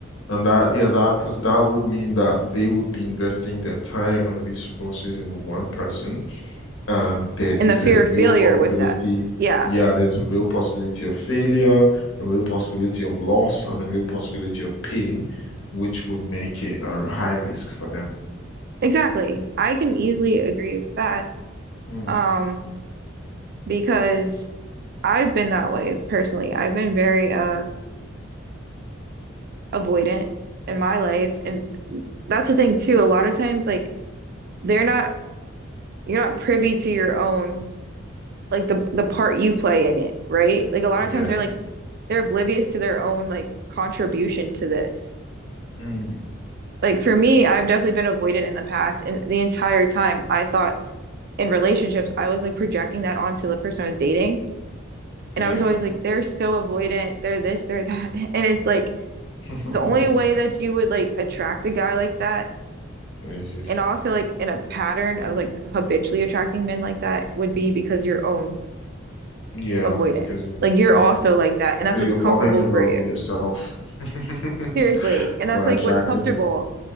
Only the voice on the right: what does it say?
And
the fear
of failure
with that. Yeah,
exactly. I can easily
agree with that.
Um, because I've been that way personally. I've been very uh avoidant in my life. And that's the thing too. A lot of times like they're not you're not privy to your own like the the part you play in it, right? Like a lot
of times they're like they're oblivious to their own like contribution to this.
Like for me, I've definitely been avoidant in the past, and the entire time I thought in relationships, I was like projecting that onto the person I was dating, and
I was always like, they're so avoidant, they're this, they're that, <laughs> and it's like
the only way that you would like attract a guy like that,
and also like in a pattern of like habitually attracting men like that would be because your own
avoidant.
Like you're
also like that, and that's
what's comfortable
for you.
Seriously, and that's
like
what's comfortable.